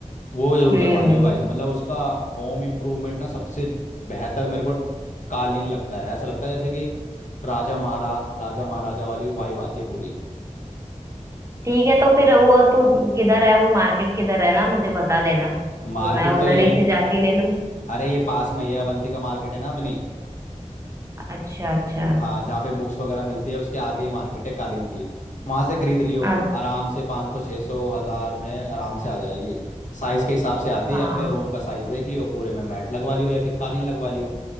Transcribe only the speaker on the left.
वो जरूर
करवा लियो
भाई मतलब उसका होम इम्प्रूवमेंट ना सबसे बेहतर मेरे को कालीन लगता है ऐसा लगता है जैसे कि राजा महारा राजा महाराजा वाली वाइब आती है पूरी
मार्केट
तो
यहीं
अरे ये पास में ही है अवंती का मार्केट है ना अपनी
हाँ जहाँ पे बुक्स वगैरह मिलती है उसके आगे ही मार्केट है कालीन की वहां से खरीद लियो
आराम से 500 सौ छः सौ हजार में आराम से आ जाएगी साइज के हिसाब से आते ही
अपने रूम का साइज देख लियो पूरे में मैट लगवा लियो या फिर कालीन लगवा लियो